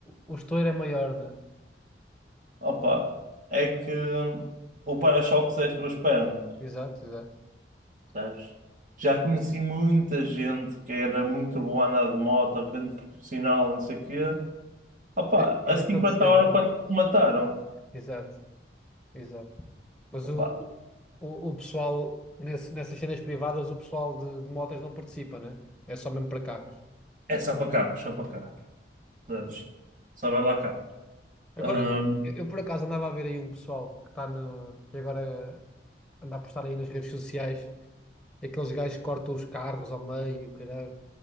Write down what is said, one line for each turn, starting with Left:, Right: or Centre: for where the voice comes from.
Centre: o estouro é maior, né?
Right: Opa, é que o para-choques é as tuas pernas,
Centre: Exato, exato.
Right: percebes? Já conheci muita gente que era muito boa a andar de moto, grande profissional, não sei o quê. Opa,
Centre: Diz diz
Right: a 50
Centre: aquilo de ser,
Right: horas
Centre: né?
Right: quase que te mataram.
Centre: Exato, exato. Mas
Right: Opa,
Centre: o, o, o pessoal, nesse- nessas cenas privadas, o pessoal de, de motas não participa, né? É só mesmo para carros.
Right: é só para carros, só para carros, percebes? Só vai lá carros.
Centre: Agora,
Right: Ahm,
Centre: eu, eu por acaso andava a ver aí um pessoal que está no, que agora anda a postar aí nas redes sociais, aqueles gajos que cortam os carros ao meio, caralho.